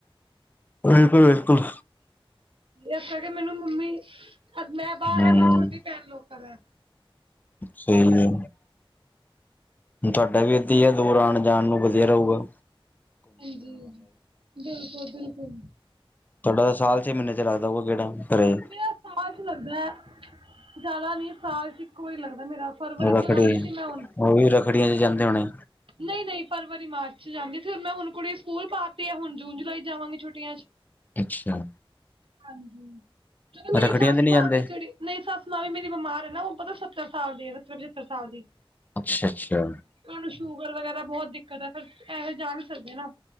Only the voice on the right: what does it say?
ਇਸ ਕਰਕੇ ਕਿ ਮੈਨੂੰ ਮੰਮੀ, ਅ ਮੈਂ ਬਾਰ
ਆ ਮੇਰੀ ਛੋਟੀ ਭੈਨ ਲੋਕਲ ਐ।
ਹਾਂਜੀ, ਬਿਲਕੁਲ-ਬਿਲਕੁਲ।
ਮੇਰਾ ਸਾਲ 'ਚ ਲੱਗਦਾ, ਜਾਦਾ ਨੀ ਸਾਲ 'ਚ ਇੱਕ ਵਾਰੀ ਲੱਗਦਾ ਮੇਰਾ ਫਰਵਰੀ
'ਚ ਲਗਾਂਦੀ ਸੀ ਮੈਂ ਹੁਨ।
ਨਈ-ਨਈ ਫਰਵਰੀ, ਮਾਰਚ 'ਚ ਜਾਂਦੀ ਸੀ, ਹੁਨ ਮੈਂ ਹੁਨ ਕੁੜੀ ਸਕੂਲ ਪਾਤੀ ਹੈ ਹੁਨ ਜੂਨ-ਜੁਲਾਈ ਜਾਵਾਂਗੀ ਛੁੱਟੀਆਂ 'ਚ।
ਹਾਂਜੀ, ਜਦੋਂ ਮੇਰੀ
ਸੱਸ
ਮਾਂ
ਵੇ ਜੇੜੀ ਮੇਰੀ ਸੱਸ ਮਾਂ ਵੀ ਮੇਰੀ ਬਿਮਾਰ ਐ ਨਾ, ਓ ਪਤਾ ਸੱਤਰ ਸਾਲ ਦੀ, ਪਚੱਤਰ ਸਾਲ ਦੀ।
ਤੇ ਓਨੂੰ ਸ਼ੂਗਰ ਵਗੈਰਾ ਬੋਤ ਦਿੱਕਤ ਐ ਫੇਰ ਐਵੇਂ ਜਾ ਵੀ ਸਕਦੇ ਨਾ।